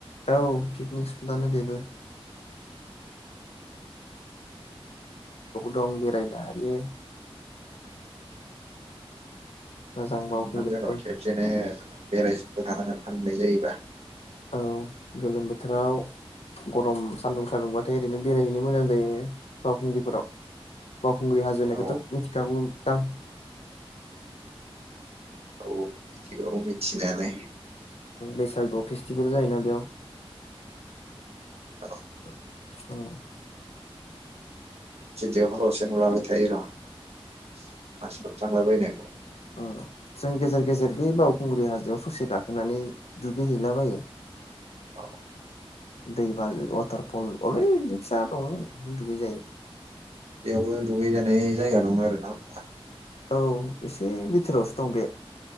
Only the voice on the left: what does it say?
औ पिकनिक स्प'थदानो बेबो बो दं बेरायनो हायो मोजां
मावफुंजोबो
औ गोलोम बोथोराव गरम सान्दुं सान्दुं बाथाय ओरैनो बेरायहैनो मोजां जायो बावखुंग्रिफोराव बावखुंग्रि हाजो होननायखौथ
मिथिखागौ दां
बैसागु आव फेस्टिभेल जायोना बेयाव <inaudible>
ओ
ओ जों गेजेर गेजेर बे बावखुंग्रि हाजोआव स'से गाखोनानै दुगैहैलाबायो।
दै बाज वाटारफल अलैनि फिसा दं दुगै जायो।
औ एसे बिथोरावसो दं बे